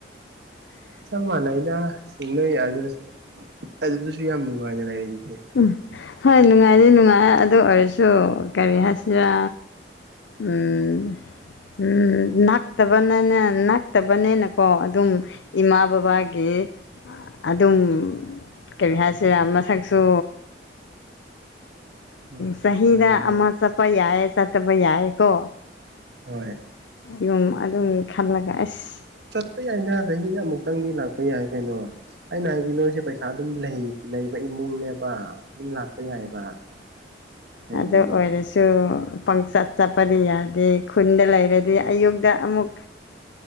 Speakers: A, on the right (about 65°); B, on the left (about 80°).
A: ꯆꯞ ꯃꯥꯟꯅꯩꯗ ꯁꯤ ꯅꯣꯏ ꯑꯗꯨ ꯑꯗꯨꯁꯨ ꯌꯥꯝ ꯅꯨꯡꯉꯥꯏꯅ ꯂꯩꯔꯤ ꯑꯗꯨꯗꯤ
B: ꯎꯝ ꯍꯣꯏ ꯅꯨꯡꯉꯥꯏꯗꯤ ꯅꯨꯡꯉꯥꯏ ꯑꯗꯨ ꯑꯣꯏꯔꯁꯨ ꯀꯔꯤ ꯍꯥꯏꯁꯤꯔ ꯎ ꯎꯝ ꯅꯅꯥꯥꯛ ꯇꯕ ꯅꯅꯦ ꯅꯥꯛ ꯐꯠꯇꯕꯅꯦꯅꯀꯣ ꯑꯗꯨꯝ ꯏꯃꯥ ꯕꯕꯥꯒꯤ ꯑꯗꯨꯝ ꯀꯔꯤ ꯍꯥꯏꯁꯤꯔꯥ ꯃꯁꯛꯁꯨ
A: ꯍꯣꯏ ꯍꯣꯏ
B: ꯆꯍꯤꯗ
A: ꯃꯥꯅꯦ ꯃꯥꯅꯦ
B: ꯑꯃ ꯆꯠꯄ ꯌꯥꯏ ꯆꯠꯇꯕ ꯌꯥꯏꯀꯣ
A: ꯍꯣꯏ
B: ꯌꯨꯝ ꯑꯗꯨꯝ ꯈꯜꯂꯒ ꯑꯁ
A: ꯆꯄ ꯌꯥꯏꯗ ꯆꯍꯤꯗ ꯑꯃꯨꯛꯇꯪꯗꯤ ꯂꯥꯛꯄ ꯌꯥꯏ ꯀꯩꯅꯣ ꯑꯩꯅ ꯍꯥꯏꯕꯤꯅꯣꯁꯦ ꯄꯩꯁꯥ ꯄꯩꯁꯥ ꯑꯗꯨꯝ ꯂꯩꯕ ꯏꯃꯨꯡꯅꯦꯕ ꯑꯗꯨꯝ ꯂꯥꯛꯄ ꯌꯥꯏꯕ ꯀꯩꯅꯣꯅꯦ
B: ꯑꯗꯣ ꯑꯣꯏꯔ ꯁꯨ ꯄꯪꯆ ꯆꯠꯄꯗꯤ ꯌꯥꯗꯦ ꯈꯨꯟꯗ ꯂꯩꯔꯗꯤ ꯑꯌꯨꯛꯇ ꯑꯃꯨꯛ